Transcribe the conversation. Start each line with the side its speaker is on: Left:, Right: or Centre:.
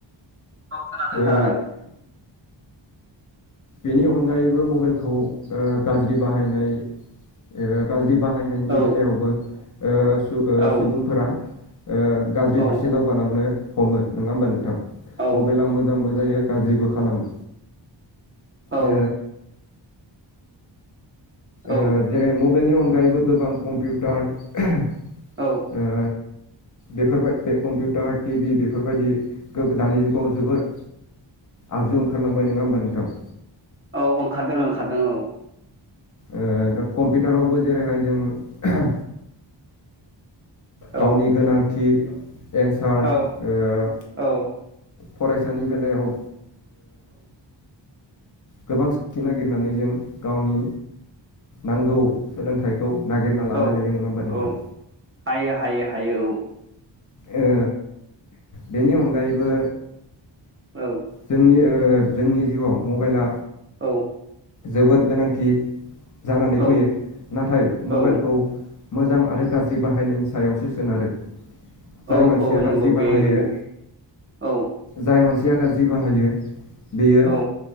Right: औ खोनादों
Left: ओ
Right: खोनादों
Left: बेनि अनगायैबो मबाइलखौ ओ गाज्रि बाहायनाय ओ गाज्रि बाहायनायनि
Right: औ
Left: बेलायावबो ओ
Right: औ
Left: सुबुंफोरा ओ गाज्रि
Right: औ
Left: फारसे दावगालांनो हमो नङा होमबा <unintelligible> थां
Right: औ
Left: मबाइला मोजांबो जायो गाज्रिबो खालामो।
Right: औ।
Left: ओ
Right: औ
Left: ओ जेरै मबाइलनि अनगायैबो गोबां कम्पिउटार
Right: औ।
Left: ओ बेफोरबाय कम्पिउटार टिभि बेफोरबायदि <unintelligible> दानि जुगाव औ जोबोर आगजु ओंखारलांबाय नङा होमबा नोंथां?
Right: औ ओंखारदों ओंखारदों औ।
Left: ओ दा कम्पिउटारावबो जेरैहाय जों
Right: औ
Left: गावनि गोनांथि एन्सार ओ
Right: औ औ
Left: फरायसानि बेलायाव ओ गोबां सिखि <unintelligible> नागिरनानै जों गावनि नांगौ सोलोंथाइखौ नागिरना लानो
Right: औ
Left: हायो नोङा होमबा नोंथां?
Right: औ हायो हायो हायो औ।
Left: ओ बेनि अनगायैबो
Right: औ।
Left: जोंनि ओ जोंनि जिउआव मबाइल
Right: औ।
Left: जोबोर गोनांथि जानानै
Right: औ
Left: फैयो नाथाय मबाइलखौ
Right: औ
Left: मोजां आरो गाज्रि बाहायनायनि सायावसो सोनारो। जाय
Right: औ
Left: मानसिया
Right: औ
Left: गाज्रि
Right: नंगौ
Left: बाहायो
Right: बे नंगौ औ
Left: जाय मानसिया गाज्रि बाहायो बेयो
Right: औ